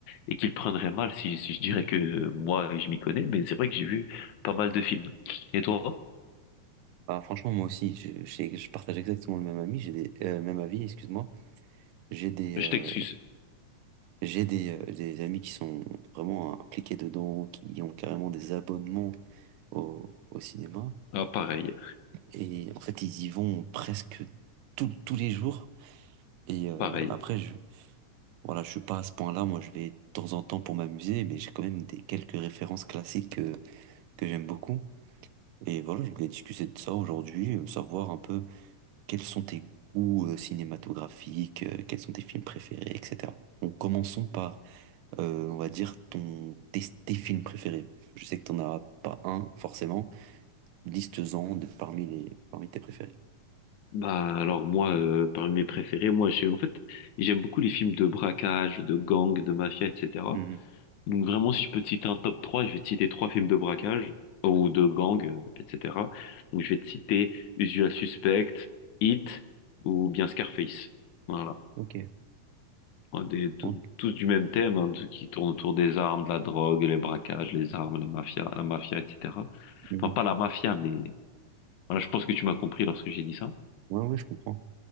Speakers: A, on the left (about 75°); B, on the right (about 85°).
A: et qui le prendraient mal si, si je dirais que euh, moi, je m'y connais. Mais c'est vrai que j'ai vu pas mal de films. Et toi?
B: Ah, franchement, moi aussi, je, je je partage exactement le même ami, j'ai des, euh, même avis, excuse-moi. J'ai des,
A: Je
B: euh,
A: t'excuse.
B: j'ai des, euh, des amis qui sont vraiment impliqués dedans, qui ont carrément des abonnements au, au cinéma.
A: Ah, pareil,
B: Et en fait, ils y vont presque tout- tous les jours. Et euh,
A: pareil.
B: après, je, voilà, je suis pas à ce point-là. Moi, je vais de temps en temps pour m'amuser, mais j'ai quand même des quelques références classiques euh, que j'aime beaucoup. Et voilà, je voulais discuter de ça aujourd'hui, euh, savoir un peu quels sont tes goûts euh, cinématographiques, euh, quels sont tes films préférés, etc. Donc commençons par, euh, on va dire, ton, tes, tes films préférés. Je sais que t'en as pas un, forcément. Liste-en de- parmi les, parmi tes préférés.
A: Bah, alors moi, euh, parmi mes préférés, moi, je, en fait, j'aime beaucoup les films de braquage, de gang, de mafia, etc.
B: Mhm.
A: Donc vraiment, si je peux te citer un top trois je vais te citer trois films de braquage ou de gang, euh, etc. Donc je vais te citer Usual Suspect, Hit ou bien Scarface. Voilà.
B: Ok.
A: Ouais, Des, tous,
B: Ok.
A: tous du même thème, hein, tout- qui tourne autour des armes, de la drogue, les braquages, les armes, les mafias, la mafia, etc.
B: Mhm.
A: Enfin, pas la mafia, mais voilà, je pense que tu m'as compris lorsque j'ai dit ça.
B: Ouais, ouais, je comprends.